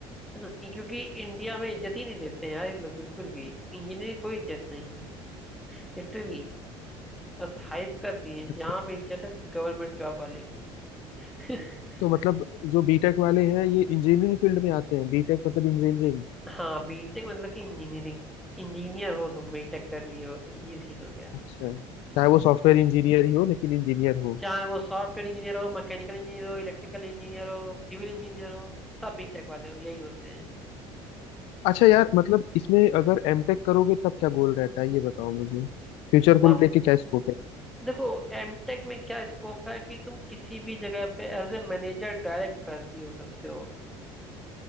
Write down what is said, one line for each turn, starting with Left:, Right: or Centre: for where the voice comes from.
Centre: है ना ये- क्योंकि इंडिया में इज्जत ही नहीं देते हैं यार ये लोग बिल्कुल भी इंजीनियर कोई इज्जत नहीं है लिटरली बस हाइप कर दिए हैं।
Left: अच्छा
Centre: यहाँ पे इज्जत है सिर्फ गवर्नमेंट जॉब वाले की <laughs>
Left: तो मतलब जो बीटेक वाले हैं ये इंजीनियरिंग फील्ड में आते हैं बीटेक मतलब इंजीनियरिंग
Centre: हाँ बीटेक मतलब कि इंजीनियरिंग इंजीनियर हो तुम बीटेक कर लिए हो तो ये सीन हो गया
Left: अच्छा चाहे वो सॉफ्टवेयर इंजीनियर ही हो लेकिन इंजीनियर हो
Centre: चाहे वो सॉफ्टवेयर इंजीनियर हो मैकेनिकल इंजीनियर हो इलेक्ट्रिकल इंजीनियर हो सिविल इंजीनियर हो सब बीटेक वाले हो यही होते हैं
Left: अच्छा यार मतलब इसमें अगर एमटेक करोगे तब क्या गोल रहता है ये बताओ मुझे फ्यूचर को
Centre: तब
Left: लेके क्या स्कोप है
Centre: देखो एमटेक में क्या स्कोप है कि तुम किसी भी जगह पे एज ए मैनेजर डायरेक्ट भर्ती हो सकते हो